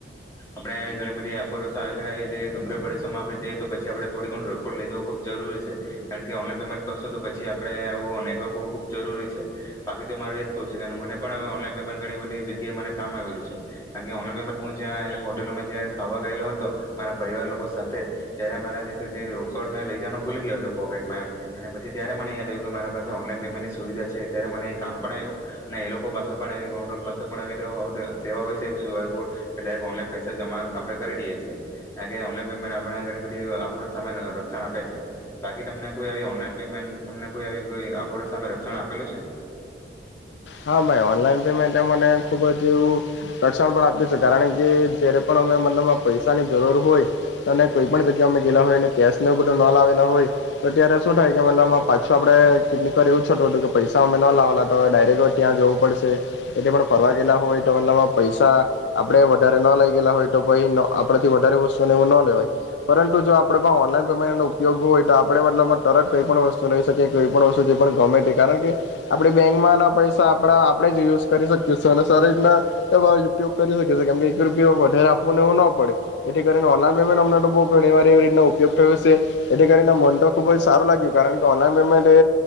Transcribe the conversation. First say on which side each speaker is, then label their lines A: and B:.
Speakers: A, on the left; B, on the left.
A: આપડે ઘણી બધી <unintelligible> જે ડુંગરા પડોમાં આપણે જઈએ તો પછી આપડે થોડી ઘણું <unintelligible> લઈ જવો ખુબ જરૂરી છે. કારણ કે ઓનલાઈન પેમેન્ટ કરશું તો પછી આપડે આવું નેટવર્ક હોવું ખુબ જરૂરી છે. બાકી તો મારે એજ કરવું છે મને પણ ઓનલાઈન પેમેન્ટ ઘણી બધી જગ્યાએ મને કામ આવેલું છે. કારણ કે ઓનલાઈન હું જ્યાં હોટલોમાં જ ખાવા ગયેલો હતો મારા પરિવાર લોકો સાથે ત્યારે મારા જે જે રોકડ મેં લઈ જનો ભૂલ ગયો હતો પોકેટમાં એમ. અને પછી ત્યારે મને યાદ આવ્યું કે મારા પાસે ઓનલાઈન પેમેન્ટની સુવિધા છે ત્યારે મને એ કામ પણ આવ્યું. ને એ લોકો પાસે પણ એ <unintelligible> <unintelligible> એવી સેવા હોય છે ક્યુ આર કોડ કે ઓનલાઈન પૈસા જમા આપણે કરી દઈએ છીએ. કારણ કે ઓનલાઈન પેમેન્ટ આપણે ઘણી બધી આપડે સામે લક્ષણ આપે છે. બાકી તમને કોઈ આવી ઓનલાઈન પેમેન્ટ તમને કોઈ આવી કોઈ આફોડ સામે રક્ષણ આપેલું છે.
B: હા ભાઈ ઓનલાઈન પેમેન્ટ મને ખુબ જ એવું રક્ષણ પણ આપ્યું છે કારણ કે જયારે પણ અમે મનેમાં પૈસાની જરૂર હોય. અને કોઈ પણ જગ્યા અમે ગેલા હોય ને કેશ ન બધો ન લાવેલા હોય. તો અત્યારે શું થાય કે મતલબમાં પાછું આપડે કેટલીક વાર એવું છતું હતું કે પૈસા અમે ન લાવેલા તો ડાયરેક્ટ ત્યાં જવું પડશે એટલે પણ ફરવા ગયેલા હોય એટલામાં પૈસા આપડે વધારે ન લઈ ગયેલા હોય તો ભાઈ આપણેથી વધારે વસ્તુઓને એવું ન લેવાય. પરંતુ જો આપે પણ ઓનલાઈન પેમેન્ટ નો ઉપયોગ હોય તો આપણે મતલબમાં તરત કઈ પણ વસ્તુ લઈ કોઈ પણ વસ્તુ ગમે કારણ કે આપણે બેંકમાં ના પૈસા તો આપડા આપણે જ યુઝ કરી શકીએ અને શરીરના એ જ ઉપયોગ કરી શકે છે કેમ કે એક રૂપયો વધારે આપવાને એવું ન પડે એથી કરીને ઓનલાન પેમેન્ટ અમને તો બો ઘણી વાર એવી રીતના ઉપયોગ થયો છે. એથી કરીને મન તો ખુબ જ સારું લાગ્યું કારણ કે ઓનલાઈન પેમેન્ટ એ